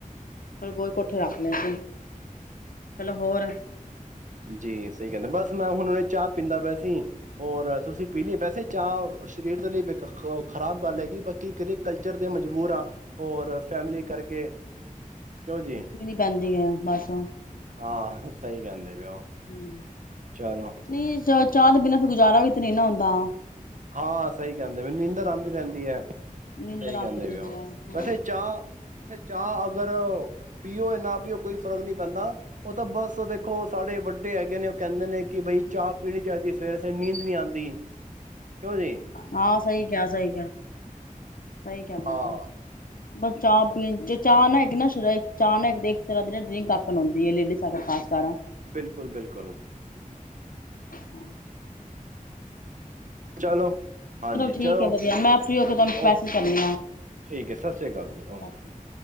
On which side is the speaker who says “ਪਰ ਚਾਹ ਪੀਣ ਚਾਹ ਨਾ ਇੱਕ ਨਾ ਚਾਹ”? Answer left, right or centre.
Left